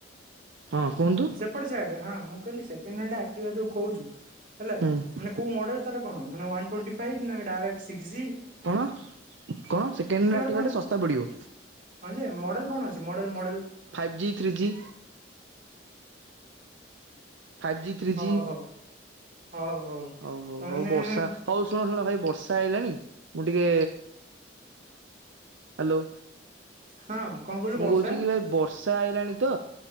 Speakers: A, on the right; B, on the right.
A: ହଁ କୁହନ୍ତୁ
B: ଏପଟେ ଛାଡେ ହଁ ମୁଁ କହିଲି ସେକେଣ୍ଡ ହାଣ୍ଡ ଆକ୍କ୍ତିବା ଯୋଉ କୋଉଛୁ ହେଲା
A: ହୁଁ
B: ମାନେ କୋଉ ମଡ଼େଲ ତାର କଣ ୱନ୍ ଟେଣ୍ଟି ଫାଇଭ୍ ନା ଡାଇରେକ୍ଟ ସିକ୍ସିଜି।
A: କଣ କଣ ସେକେଣ୍ଡ ନାଟିବା
B: ପୁଣି
A: ଟା ଶସ୍ତା ପଡ଼ିବ।
B: ହଁ ଯେ ମଡ଼େଲ କଣଛି model model
A: five G three G five G three
B: ହଉ
A: G
B: ହଉ ହଉ ହଉ
A: ହଉ ହଉ
B: ତାମାନେ
A: ହଉ ବର୍ଷା ହଉ ଶୁଣ ଶୁଣ ଭାଇ ବର୍ଷା ହେଇଲାଣି ମୁଁ ଟିକେ ହାଲୋ
B: ହଁ କଣ କହିଲୁ
A: ମୁଁ
B: ବର୍ଷା
A: କହୁଛି କି ଭାଇ ବର୍ଷା ଆଇଲାଣି ତ